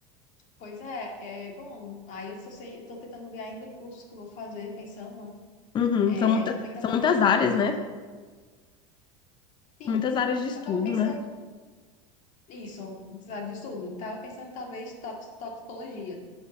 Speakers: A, on the left; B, on the left.
A: Pois é, é bom. Aí eu só sei, eu tô tentando ver ainda o curso que eu vou fazer, pensando.
B: Uhum.
A: É,
B: São muita,
A: também tava
B: são muitas
A: pensando.
B: áreas, né?
A: Sim,
B: Muitas áreas de estudo,
A: eu tava pensando
B: né?
A: isso, sabe, de tudo. Tava pensando talvez tox- toxicologia,